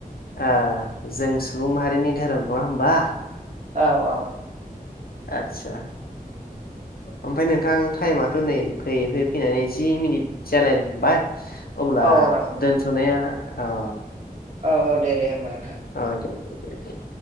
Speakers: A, on the left (about 75°); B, on the right (about 50°).
A: ओ जों सुबुं माहारिनि धोरोम नङा हबा
B: औ औ
A: आतसा ओमफ्राय नोंथां टाइमाथ' नै फैयै फैयै फैनानै जि मिनिट जालायलांबाय अब्ला
B: औ
A: दोनथ'नाया अ
B: औ औ दे दे होमबालाय
A: आ दे दे दे दे